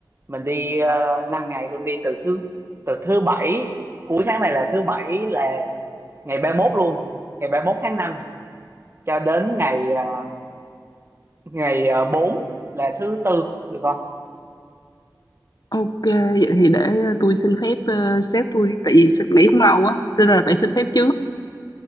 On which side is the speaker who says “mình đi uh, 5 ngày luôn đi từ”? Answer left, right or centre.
Right